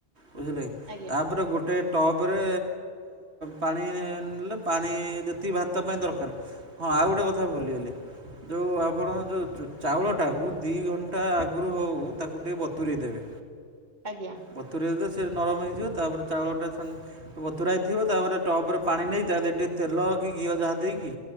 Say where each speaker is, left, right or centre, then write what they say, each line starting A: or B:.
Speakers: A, on the right; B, on the right.
A: ବୁଝିଲେ
B: ଆଜ୍ଞା
A: ତାପରେ
B: ଆଜ୍ଞା
A: ଗୋଟେ ଟପରେ ପାଣି ନେଲେ ପାଣି ଯେତିକି ଭାତ ପାଇଁ ଦରକାର ହଁ ଆଉ ଗୋଟେ କଥା ଭୁଲିଗଲି ଯେଉଁ ଆପଣ ଯେଉଁ ଚାଉଳଟାକୁ ଦୁଇ ଘଣ୍ଟା ଆଗରୁ ହଉ ତାକୁ ଟିକେ ବତୁରଇ ଦେବେ
B: ଆଜ୍ଞା
A: ବତୁରେଇ ଦେ ସେ ନରମ ହେଇଯିବ ତାପରେ ଚାଉଳଟା ବତୁରାଇ ଥିବ ତାପରେ ଟପ୍ରରେ ପାଣି ନେଇ ତା ଦେହ ଟିକେ ତେଲ ଘିଅ ଯାହା ଦେଇକି